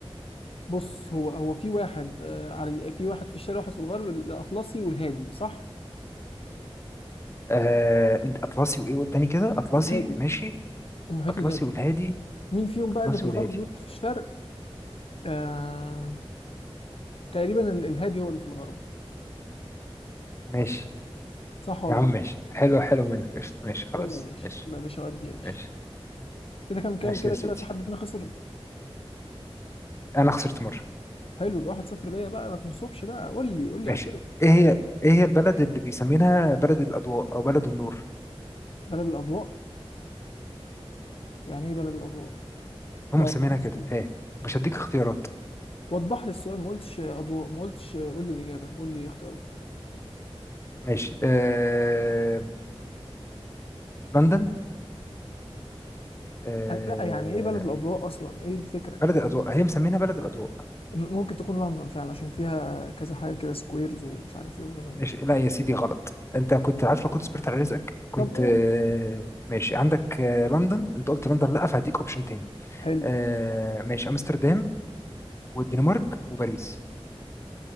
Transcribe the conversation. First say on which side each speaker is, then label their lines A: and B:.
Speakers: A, on the left (about 65°); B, on the left (about 25°).
A: بص هو هو في واحد آه على ال- في واحد في الشرق واحد في الغرب الأطلسي والهادي صح؟
B: آه انت اطلسي وايه قلت تاني كده اطلسي
A: والهادي
B: ماشي
A: والمحيط
B: اطلسي
A: الهادي
B: والهادي
A: مين فيهم بقى
B: اطلسي
A: اللي في الغرب
B: والهادي
A: ومين في الشرق؟ آه تقريبا ال- الهادي هو اللي في الغرب
B: ماشي
A: صح ولا
B: يا عم
A: غلط؟
B: ماشي حلو حلو منك قشطة ماشي خلاص
A: يلا يا باشا
B: ماشي
A: يلا يا باشا ودي يا باشا
B: ماشي
A: كده كام كام
B: ماشي
A: كده
B: يا سيدي
A: كده في حد فينا خسر
B: انا خسرت مرة
A: حلو يبقى واحد صفر ليا بقى ما تنصبش بقى قول لي قول لي
B: ماشي
A: اعترف
B: ايه هي ايه هي البلد اللي بيسمينها بلد الاضواء او بلد النور
A: بلد الأضواء يعني ايه بلد الأضواء؟
B: هم
A: لو
B: مسمينها
A: وضح لي السؤال
B: كده ايه مش هديك اختيارات
A: وضح لي السؤال ما قلتش أضواء ما قلتش قول لي الإجابة قول لي اختيارات
B: ماشي آه... لندن آه...
A: أه، لا يعني ايه بلد الاضواء اصلا ايه الفكره
B: بلد الاضواء هي مسمينها بلد الاضواء
A: م- ممكن تكون لندن فعلا عشان فيها كذا حاجه كده سكويرز ومش عارف ايه وهنا وهنا
B: ماشي لا يا سيدي غلط انت كنت عارف لو كنت صبرت على رزقك كنت
A: طب قول
B: آه، ماشي عندك آه، لندن انت قلت لندن لا فهديك اوبشن تاني
A: حلو
B: آه، ماشي امستردام والدنمارك وباريس